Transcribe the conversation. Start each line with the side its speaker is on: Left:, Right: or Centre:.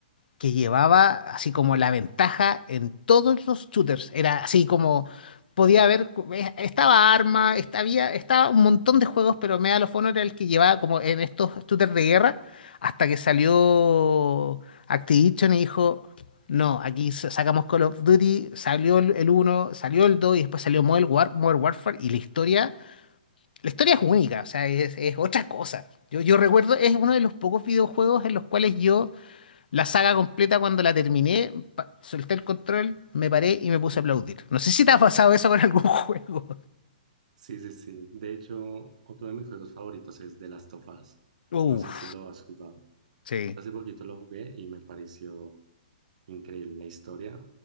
Left: que llevaba así como la ventaja en todos los shooters. Era así como podía haber, eh, estaba Arma, esta- había, estaba un montón de juegos, pero Medal of Honor era el que llevaba como en estos shooters de guerra, hasta que salió Activision y dijo, no, aquí sa- sacamos Call of Duty, salió el, el 1, salió el 2 y después salió Modern War, Modern Warfare y la historia, la historia es única, o sea, es, es otra cosa. Yo, yo recuerdo, es uno de los pocos videojuegos en los cuales yo la saga completa, cuando la terminé, pa- solté el control, me paré y me puse a aplaudir. No sé si te ha pasado eso con algún <laughs> juego.
Right: Sí, sí, sí. De hecho, otro de mis juegos favoritos es The Last of Us.
Left: Uf,
Right: No sé si lo has jugado.
Left: sí,
Right: Yo hace poquito lo jugué y me pareció increíble. La historia